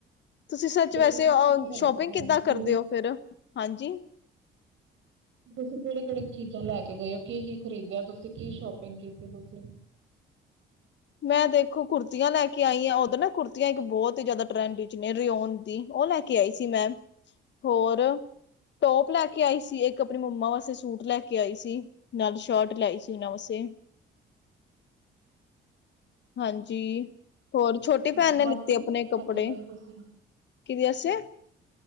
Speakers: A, on the left; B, on the right.
A: ਤੁਸੀਂ ਸੱਚ
B: ਫਿਰ
A: ਵੈਸੇ
B: ਤੁਸੀਂ ਕੀ ਕੀ ਲੈ
A: ਸ਼ੋਪਿੰਗ
B: ਕੇ ਗਏ
A: ਕਿੱਦਾਂ
B: ਸੀ?
A: ਕਰਦੇ ਹੋ ਫੇਰ ਹਾਂਜੀ
B: ਤੁਸੀਂ ਕਿਹੜੇ ਕਿਹੜੀ ਚੀਜ਼ਾਂ ਲੈ ਕੇ ਗਏ ਓ। ਕੀ-ਕੀ ਖਰੀਦਿਆ ਤੁਸੀਂ, ਕੀ ਸ਼ੋਪਿੰਗ ਕੀਤੀ ਤੁਸੀਂ
A: ਮੈਂ ਦੇਖੋ ਕੁੁਰਤੀਆਂ ਲੈ ਕੇ ਆਈ ਹਾਂ। ਉਦੋਂ ਨਾ ਕੁੜਤੀਆਂ ਇੱਕ ਬਹੁਤ ਹੀ ਜ਼ਿਆਦਾ ਟਰੈਂਡ ਵਿੱਚ ਨੇ ਰਓਨ ਦੀ, ਉਹ ਲੈ ਕੇ ਆਈ ਸੀ ਮੈਂ, ਹੋਰ ਟੋਪ ਲੈ ਕੇ ਆਈ ਸੀ ਇੱਕ ਆਪਣੀ ਮੰਮਾ ਵਾਸਤੇ ਸੂਟ ਲੈ ਕੇ ਆਈ ਸੀ, ਨਾਲ ਸ਼ਰਟ ਲੈਈ ਸੀ ਉਹਨਾਂ ਵਾਸਤੇ ਹਾਂਜੀ ਹੋਰ ਛੋਟੀ
B: ਪਾਪਾ
A: ਭੈਣ ਨੇ
B: ਵਾਸਤੇ
A: ਲਿੱਤੇ
B: ਨੀ
A: ਆਪਣੇ
B: ਕੁਛ
A: ਕੱਪੜੇ
B: ਲੈ ਕੇ ਗਏ ਤੁਸੀਂ
A: ਕਿਦੇ ਵਾਸਤੇ